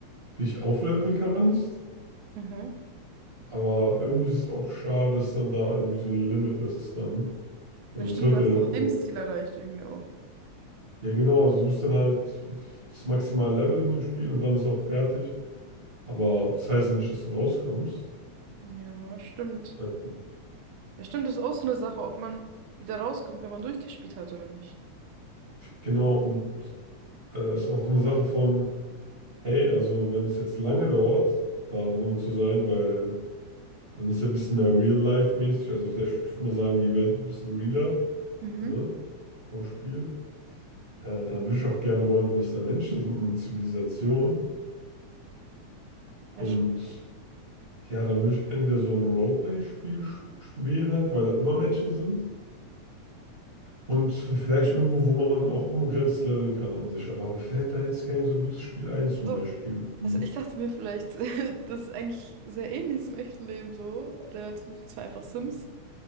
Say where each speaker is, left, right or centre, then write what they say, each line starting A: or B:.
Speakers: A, on the right (about 25°); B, on the right (about 75°).
A: dich aufleveln kannst.
B: Mhm.
A: Aber irgendwie ist es auch schade, dass dann da irgendwie so ein Limit ist dann. Also
B: Ja, stimmt,
A: es hört
B: du hast
A: ja dann
B: auch
A: irgendwann.
B: Lebensziel
A: auf.
B: erreicht irgendwie auch.
A: Ja genau, also du bist dann halt das maximale Level in dem Spiel und dann ist auch fertig. Aber das heißt ja nicht, dass du rauskommst.
B: Ja, stimmt.
A: Ja,
B: Ja, stimmt, das ist auch so eine Sache, ob man wieder rauskommt, wenn man durchgespielt hat oder nicht.
A: Genau, und äh, ist auch eine Sache von, hey, also wenn es jetzt lange dauert, da drinnen zu sein, weil dann ist ja ein bisschen mehr Real-Life-mäßig. Also vielleicht, ich würde mal sagen, die Welt wird ein bisschen realer,
B: Mhm.
A: ne? Vom Spiel. Äh, da würde ich auch gerne wollen, dass da Menschen sind und Zivilisation. Und
B: Ja, stimmt.
A: ja, dann würde ich entweder so ein Roleplay-Spiel sch- wählen, weil da immer Menschen sind. Und vielleicht irgendwo, wo man auch unbegrenzt leveln kann an sich. Aber mir fällt da jetzt kein so gutes Spiel ein, zum
B: So,
A: Beispiel. Mhm.
B: also ich dachte mir vielleicht, <laughs> das ist eigentlich sehr ähnlich zum echten Leben so, relativ, zwar einfach Sims,